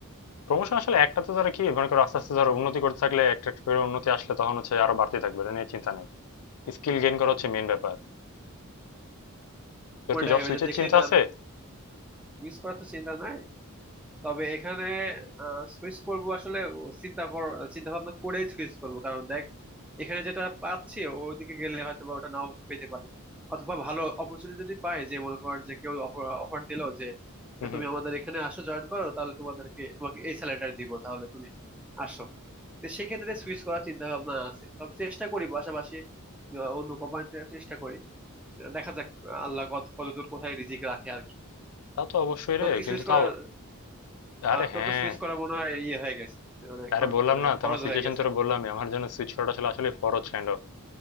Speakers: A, on the left; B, in the centre.
A: প্রমোশন আসলে একটা তো তারা কি মনে করো আস্তে আস্তে ধরো উন্নতি করতে থাকলে একটা একটা করে উন্নতি আসলে তখন হচ্ছে আরো বাড়তে থাকবে এটা নিয়ে চিন্তা নেই স্কিল গেইন করা হচ্ছে মেইন ব্যাপার তোর
B: ওটাই
A: কি জব সুইচের
B: ওই যে দেখলি
A: চিন্তা
B: না
A: আছে
B: মিস করার তো চিন্তা নাই তবে এখানে সুইচ করব আসলে চিন্তা কর চিন্তা ভাবনা করেই সুইচ করব কারণ দেখ এখানে যেটা পাচ্ছি ওইদিকে গেলে হয়তো বা ওটা নাও পেতে পারি অথবা ভালো অপরচুনিটি যদি পাই যে মনে কর যে কেউ অফার দিলো যে
A: হুম
B: "হ্যাঁ,
A: হুম
B: তুমি আমাদের এখানে আসো জয়েন করো তাহলে তোমাদেরকে তোমাকে এই স্যালারিটা দিব তাহলে তুমি আসো তো সেক্ষেত্রে সুইচ করার চিন্তা ভাবনা আছে তবে চেষ্টা করি পাশাপাশি আহ, অন্য কোম্পানিতে চেষ্টা করি দেখা যাক আল্লাহ কত দূর কোথায় রিজিক রাখে আর কি
A: তা তো অবশ্যই
B: তোর
A: রে
B: কি
A: কিন্তু
B: সুইচ করার
A: তাও আরে
B: আর তোর
A: হ্যাঁ
B: তো সুইচ করা মনে হয় ইয়ে হয়ে গেছে মানে
A: আরে
B: con-
A: বললাম
B: মানে
A: না
B: খরচ
A: তোমার সিচুয়েশন
B: হয়ে গেছে
A: তোরা বললাম আমার জন্য সুইচ করাটা আসলে আসলে ফরজ কাইন্ড অফ